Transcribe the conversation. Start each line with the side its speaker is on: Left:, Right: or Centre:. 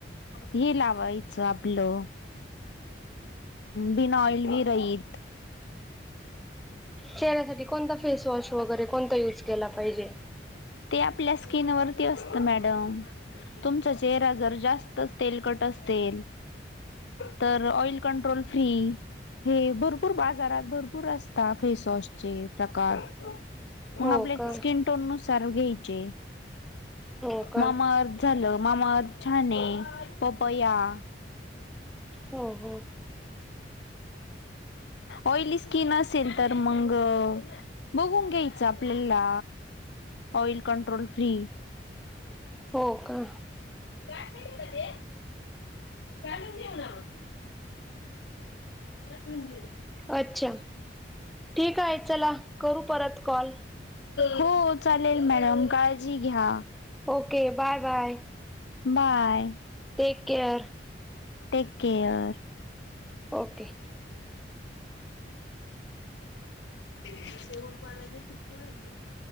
Left: हे लावायचं आपलं बिना ऑइल विरहीत.
Centre: चेहऱ्यासाठी कोणता फेसवॉश वगैरे कोणता युज केला पाहिजे.
Left: ते आपल्या स्किनवरती असत मॅडम. तुमचा चेहरा जर जास्तच तेलकट असेल तर ऑइल कंट्रोल फ्रि हे भरपूर बाजारात भरपूर असता फेसवॉशचे प्रकार. मग
Centre: हो
Left: आपल्या
Centre: का
Left: स्किन टोन नुसार घ्यायचे.
Centre: हो का
Left: मामा अर्थ झालं मामा अर्थ छान आहे. पपया ह.
Centre: हो हो.
Left: ऑइली स्किन असेल तर मग बघून घ्यायच आपल्याला ऑइल कंट्रोल फ्री
Centre: हो का.
Left: का का ते घलून घेऊ ना मग नाही म्हणजे
Centre: अच्छा. ठीक आहे चला करू परत कॉल.
Left: हो चालेल मॅडम काळजी घ्या.
Centre: Okay bye bye.
Left: Bye
Centre: take care
Left: take care.
Centre: Okay.
Left: ह. <inaudible>